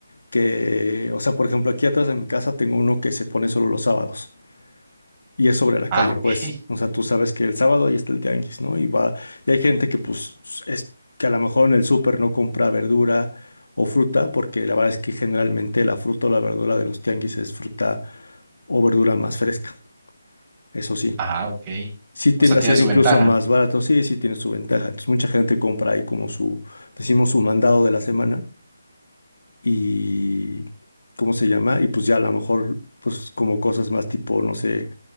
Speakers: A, on the left; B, on the right.
A: que, o sea, por ejemplo, aquí atrás de mi casa tengo uno que se pone solo los sábados y es sobre la
B: Ah,
A: calle,
B: ok.
A: pues, o sea, tú sabes que el sábado ahí está el tianguis, ¿no? Y va, y hay gente que pues es que a lo mejor en el súper no compra verdura o fruta, porque la verdad es que generalmente la fruta o la verdura de los tianguis es fruta o verdura más fresca, eso sí.
B: Ah, ok.
A: Sí tiende
B: O sea, tiene
A: a ser
B: su
A: incluso
B: ventaja.
A: más barato, sí, sí tiene su ventaja. Entonces mucha gente compra ahí como su, decimos, su mandado de la semana y ¿cómo se llama? Y pues ya a lo mejor, pues como cosas más tipo, no sé,